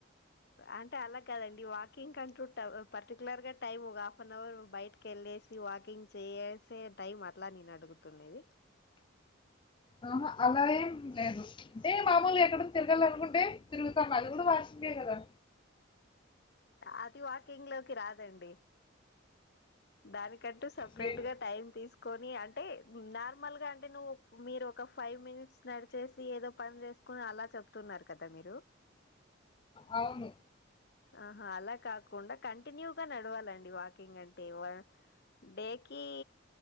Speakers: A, on the left; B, on the left.
A: అంటే అలా కాదండి వాకింగ్ అంటూ వుం ట వు పర్టికు్యలర్ గా టైం ఒక హాఫ్ అన్ అవర్ బయటకి వెళ్ళేసి వాకింగ్ చేసి టైం అట్లా నేను అడుగుతున్నది
B: ఆహా అలా ఏం లేదు అంటే మామూలు ఎక్కడ తిరగాలనుకుంటే తిరుగుతాం అది కూడా వస్ అం తెకదా
A: అది వాకింగ్ లోకి రాదండి దానికంటూ సపరేట్
B: లేదు
A: గా టైం తీసుకు కొని అంటే నార్మల్ గా అంటే నువ్వు మీరు ఒక ఫైవ్ మినిట్స్ నడిచేసి ఏదో పని చేస్త కుని అలా చెప్తున్నారు కదా మీరు
B: అవును
A: ఆహా అలా కాకుండా కంటిన్యూగా నడవాలండి వాకింగ్ అంటే వ డేకి